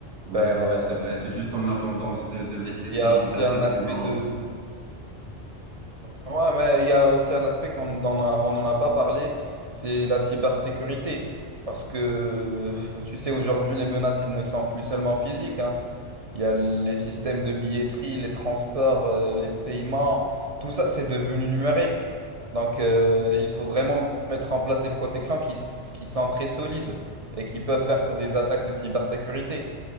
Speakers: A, on the right (about 40°); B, on the right (about 70°).
A: Bah,
B: Ouais, ouais, ouais, c'est vrai. C'est juste en a tendance
A: tu vois,
B: de,
A: mais
B: de mettre les pays
A: il y a aussi
B: d'Afrique
A: un aspect
B: du Nord.
A: de... Ouais, mais il y a aussi un aspect qu'on n'en a, on n'en a pas parlé, c'est la cybersécurité. Parce que, <laughs> tu sais, aujourd'hui, les menaces, elles ne sont plus seulement physiques, hein il y a les systèmes de billetterie, les transports, euh, les paiements, tout ça, c'est devenu numérique. Donc, euh, il faut vraiment mettre en place des protections qui, s- qui sont très solides et qui peuvent faire des attaques de cybersécurité.